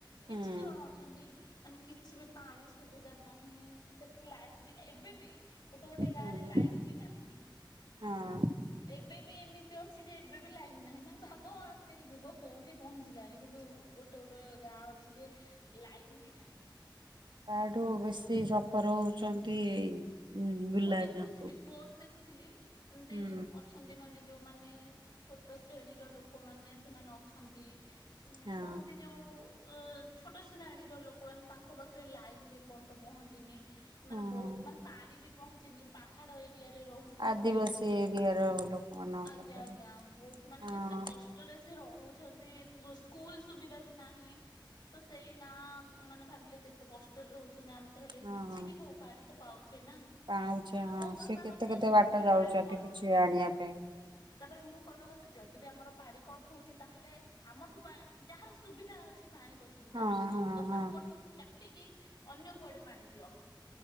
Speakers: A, on the right (about 70°); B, on the left (about 60°).
A: ହଁ।
B: କିଛି ଜଣ ଅଛନ୍ତି ମାନେ କିଛି ବି ପାଣି ସୁବି ଧା ନାହିଁ ସେଠି ଲାଇନ ବି ଏବେ ବି ଗୋଟେ ଗୋଟେ ଗାଁରେ
A: ହୁଁ
B: ଲାଇନ ବି ନାହିଁ।
A: ହଁ
B: ଏବେ ବି ଏମିତି ଅଛି ଯେ ଏବେ ବି ଲାଇନ ନାହିଁ ମାନେ ଭାବ ଆସିକି ଯୁଗ କୋଉଠି ପହଞ୍ଚିଲାଣି କିନ୍ତୁ ଗୋଟେ ଗୋଟେ ଗାଁ ଅଛି ଯେ ଲାଇନ ବି ନାହିଁ।
A: ତାଠୁ ବେଶୀ ସଫର ହଉଛନ୍ତି ଏଇ ବୁଲା
B: ମୁଁ ଦେଖୁଥିଲି
A: ଜନ୍ତୁ
B: ଫୋନ ଦେଖୁଥିଲି ଏମିତି
A: ହୁଁ
B: ଅଛନ୍ତି ମାନେ ଯୋଉମାନେ ଛୋଟ ଶ୍ରେଣୀର ଲୋକମାନେ ସେମାନେ ଅଛନ୍ତି ଉଁ
A: ହଁ
B: କହନ୍ତି ଯୋଉ ଉ ଛୋଟ ଶ୍ରେଣୀର ଲୋକମାନେ ତାଙ୍କ ପାଖରେ ଲାଇନ୍ ବି ଏପର୍ଯ୍ୟନ୍ତ ପହଞ୍ଚିନି। ସେମାନେ
A: ହଁ।
B: ବହୁତ ମାନେ ପାଣି ବି ପହଞ୍ଚିନି ପାହାଡ ଏରିଆରେ ରହୁଛନ୍ତି।
A: ଆଦିବାସୀ ଏରିଆର ଲୋକମାନଙ୍କ
B: ଆଜ୍ଞା
A: ପାଖରେ
B: ଆଜ୍ଞା, ବହୁତ ମାନେ
A: ହଁ
B: କେତେ କଷ୍ଟରେ ସେ ରହୁଛନ୍ତି, ସ୍କୁଲ ସୁବିଧା ବି ନାହିଁ, ତ ସେଇ ଗାଁ ମାନେ ଭାବିଲେ କେତେ କଷ୍ଟରେ ରହୁଛନ୍ତି, ଆମେ ତ ହେଲେ
A: ହଁ।
B: କିଛି ବି ହଉ ପାଣି ତ ପାଉଛୁ। ସେ ନା
A: ପାଉଁଛେ
B: କିନ୍ତୁ
A: ହଁ
B: ମୋ କହିବା
A: ସେ କେତେ
B: କଥା
A: କେତେ
B: ଯଦି
A: ବାଟ
B: ବି
A: ଯାଉଛନ୍ତି
B: ପାଣି କଟ
A: କିଛି ଆଣିବା ପାଇଁ
B: ତାପରେ, ମୁଁ କହିବା କଥା ଯଦି ବି ଆମର ପାଣି କଟ ହଉଛି, ତାହେଲେ ଆମଠୁ ଯାହାର ସୁବିଧା ଅଛି ପାଣିର ସୁବିଧା,
A: ହଁ ହଁ
B: ତ
A: ହଁ।
B: ତାଙ୍କଠୁ କାଟିକି ଅନ୍ୟ କୁଆଡେ ପାଣି ଦିଅ।